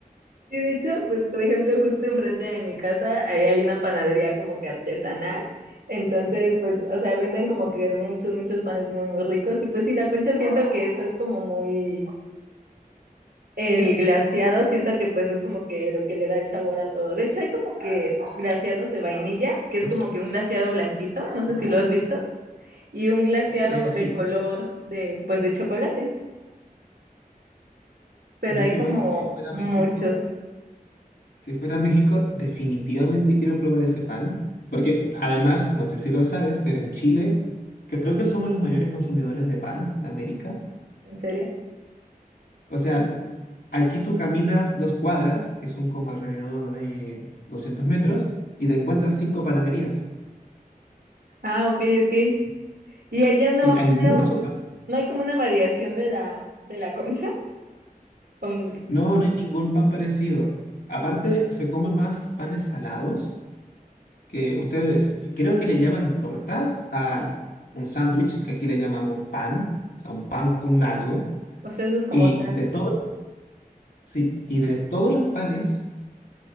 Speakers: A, on the right (about 85°); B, on the left (about 80°).
A: Sí, de hecho, pues por ejemplo, justo enfrente de mi casa ahí hay una panadería como que artesanal. Entonces, pues, o sea, venden como que de muchos, muchos panes muy, muy ricos. Y pues sí, la concha siento que eso es como muy el glaseado, siento que pues es como que lo que le da el sabor a todo. De hecho, hay como que glaseados de vainilla, que es como que un glaseado blanquito, no sé si lo has visto, y un glaseado
B: Eh, sí,
A: de color de, pues de chocolate, pero
B: yo
A: hay
B: si
A: como
B: voy, si fuera
A: muchos.
B: a México, Si fuera a México, definitivamente quiero probar ese pan, porque además, no sé si lo sabes, pero en Chile creo que somos los mayores consumidores de pan de América.
A: ¿En serio?
B: O sea, aquí tú caminas dos cuadras, que son como alrededor de 200 metros, y te encuentras cinco panaderías.
A: Ah, ok, ok. Y allá no,
B: Sí, hay
A: no,
B: mucho pan.
A: No hay como una variación de la, de la concha. Con-
B: No, no hay ningún pan parecido. Aparte, se come más panes salados que ustedes creo que le llaman tortas a un sándwich, que aquí le llamamos pan, o sea, un pan con algo,
A: o sea, eso es como
B: y
A: tan.
B: de todo, sí, y de todos los panes